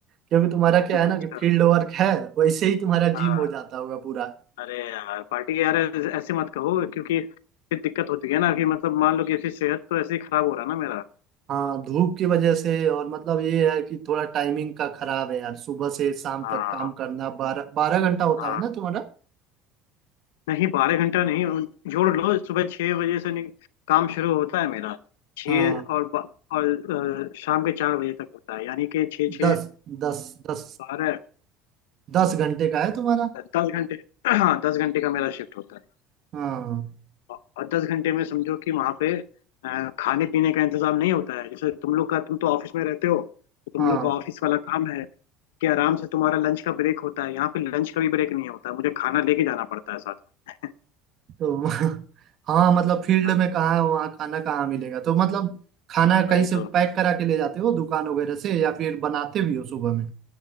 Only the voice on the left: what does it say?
अच्छा
हाँ
अरे यार पार्टी के यार ऐसे ऐसे मत कहो क्योंकि फिर दिक्कत होती है ना कि मतलब मान लो कि ऐसी सेहत तो ऐसे ही खराब हो रहा ना मेरा
हाँ
हाँ
नहीं बारह घंटा नहीं जोड़ लो सुबह छह बजे से नहीं, काम शुरू होता है मेरा छः
और ब- और अ, शाम के चार बजे तक होता है यानी कि छः छः
बारह
दस घंटे हाँ दस घंटे का मेरा शिफ्ट होता है
और दस घंटे में समझो कि वहां पे अ, खाने पीने का इंतजाम नहीं होता है जैसे तुम लोग का तुम तो ऑफिस में रहते हो तो तुम
लोग का ऑफिस वाला काम है कि आराम से तुम्हारा लंच का ब्रेक होता है यहाँ पे लंच का भी ब्रेक नहीं होता है, मुझे खाना लेके जाना पड़ता है साथ में
हाँ,
वही
तो